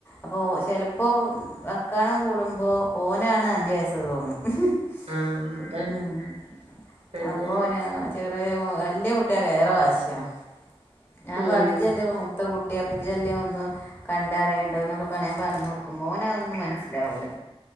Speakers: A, on the left; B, on the right.
A: അപ്പോ ചെലപ്പോ വക്കാണം കൂടുമ്പോ ഓനാണഞ്ച് വയസ് ന്ന്തോന്നും ഉഹ്
B: ആഹ് അതാണ് അങ്ങനെ
A: ആ അപ്പോന് അ ചെറിയ വല്യ കുട്ടിയാ ഏറെ വാശിയാ ഞാൻ
B: ഉം
A: പറയും ഇജ്ജല്ലേ മൂത്ത കുട്ടി അപ്പേ ഇജ്ജല്ലേ ഒന്ന് ഹ് കണ്ടറിയണ്ടേന്നൊക്കെ പ അപ്പ ഞാൻ പറഞ്ഞാടുക്കും ഓനഒന്നും മനസ്സ്ലാവൂല